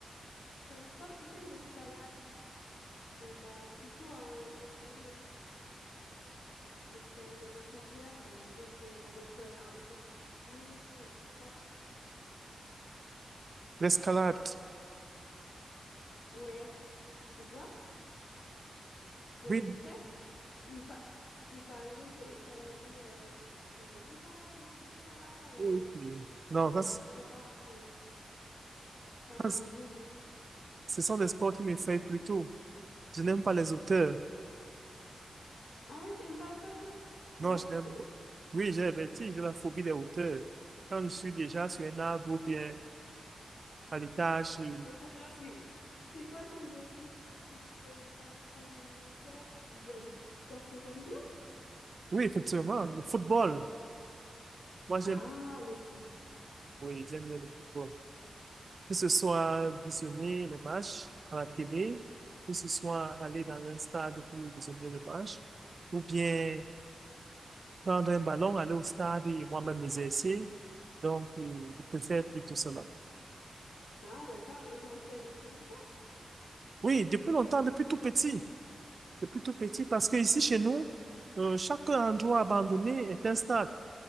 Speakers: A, on the left; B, on the right.
A: comme sport, tu sais, l'escalade, et bah plutôt en, en intérieur. L'escalade en intérieur, par exemple, avec euh, un bouclier et tout ça.
B: l'escalade.
A: Ouais, tu vois? Tu vois
B: Oui.
A: ce que c'est? Ou, pa- ou par exemple, escalader euh, dans les montagnes, etc. euh,
B: ok. Non,
A: faire
B: ça,
A: de la
B: c'est-
A: voie, euh, faire de
B: ça,
A: la
B: c'est-
A: randonnée.
B: ce sont des sports qui m'effraient plutôt. Je n'aime pas les auteurs.
A: Ah ouais, t'aimes pas ça, toi? T'as
B: Non,
A: le vertige?
B: je n'aime- pas. oui, j'ai le vertige, j'ai la phobie des hauteurs. Quand je suis déjà sur un arbre ou bien à l'étage. je-
A: Mais toi, alors, c'est c'est quoi tes hobbies? Si t'aimes pas trop les hauteurs, tu il y a d'autres sports que t'aimes bien?
B: Oui, effectivement, le football. Moi, j'aime,
A: Ah, le foot.
B: oui, j'aime bien le football. Que ce soit visionner les matchs à la télé, que ce soit aller dans un stade pour visionner les matchs, ou bien prendre un ballon, aller au stade et moi-même m'exercer. Donc, euh, je préfère plutôt cela.
A: Ah, d'accord. Et t'en fais depuis longtemps?
B: Oui, depuis longtemps, depuis tout petit. C'est plutôt petit parce que ici chez nous, euh, chaque endroit abandonné est un stade.